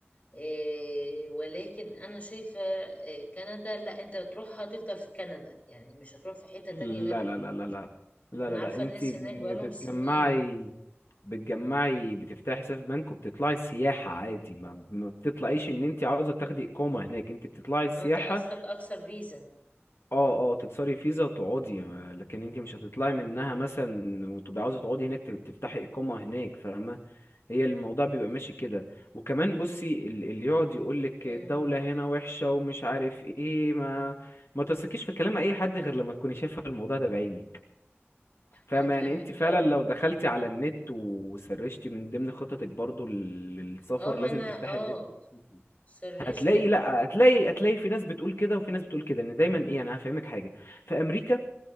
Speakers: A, on the left (about 35°); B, on the left (about 70°).
A: إيه ولكن انا شايفه إيه، كندا لا انت تروحها تفضل في كندا يعني مش هتروح في حته
B: لا
A: تانية غيرها
B: لا لا لا لا لا
A: انا
B: لا لا
A: عارفه
B: انت
A: الناس
B: ب-
A: هناك بقالهم
B: بتجمعي
A: سنين
B: بتجمعي بتفتحي حساب بنك وبتطلعي سياحة عادي ما, ما بتطلعيش ان انت عاوزة تاخدي اقامة هناك انت بتطلعي سياحة
A: آه، انت قصدك اكثر فيزا
B: اه اه تكسري فيزا وتقعدي ما- لكن انت مش هتطلعي منها مثلا وتبقي عاوزة تقعدي هناك تب- تفتحي اقامة هناك فاهمة هي الموضوع بيبقى ماشي كده وكمان بصي ال- اللي يقعد يقولك
A: امم
B: الدولة هنا وحشة ومش عارف ايه ما ما تثقيش في كلام اي حد غير لما تكوني شايفة الموضوع ده بعينك فاهمة
A: انا فاهم
B: يعني انت فعلا
A: اه
B: لو دخلتي على النت وسرشتي من ضمن خططك برضو للسفر
A: اه ما
B: لازم
A: انا
B: تفتحي
A: اه
B: النت وتشوفي.
A: سرشت
B: هتلاقي لا هتلاقي هتلاقي في ناس بتقول كده وفي ناس بتقول كده ان دايما ايه انا هفهمك حاجة في امريكا